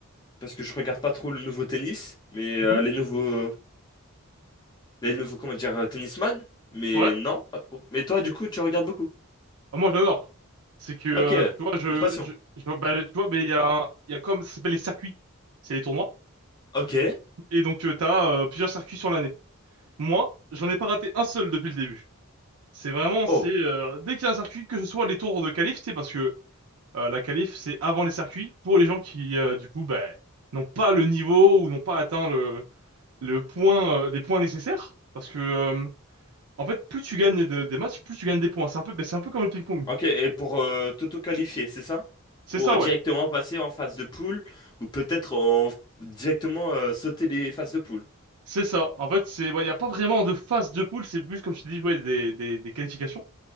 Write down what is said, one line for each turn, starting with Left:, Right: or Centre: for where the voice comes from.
Left: parce que je regarde pas trop le nouveau tennis, mais euh,
Right: Oui.
Left: les nouveaux, les nouveaux, comment dire, euh, tennisman, mais
Right: Ouais.
Left: non, pas trop. Mais toi, du coup, tu regardes beaucoup.
Right: Ah, moi, j'adore. C'est que euh,
Left: Ok, c'est
Right: tu vois, je
Left: une passion.
Right: je, je bah, tu vois, mais il y a un- il y a comme ça s'appelle les circuits. C'est les tournois.
Left: Ok.
Right: Et donc, euh, t'as euh, plusieurs circuits sur l'année. Moi, j'en ai pas raté un seul depuis le début. C'est vraiment,
Left: Oh,
Right: c'est euh, dès qu'il y a un circuit, que ce soit les tours de qualif, tu sais, parce que euh, la qualif, c'est avant les circuits, pour les gens qui, euh, du coup, ben, n'ont pas le niveau ou n'ont pas atteint le, le point, euh, les points nécessaires. Parce que, euh, en fait, plus tu gagnes de- des matchs, plus tu gagnes des points. C'est un peu, ben, c'est un peu comme le ping-pong.
Left: ok. Et pour euh, t'auto-qualifier, c'est ça?
Right: C'est
Left: Pour
Right: ça,
Left: euh,
Right: ouais.
Left: directement passer en phase de poule, ou peut-être en... directement euh, sauter les phases de poule.
Right: C'est ça. En fait, c'est, ouais, il n'y a pas vraiment de phase de poule, c'est plus, comme je te dis, ouais, des, des, des qualifications.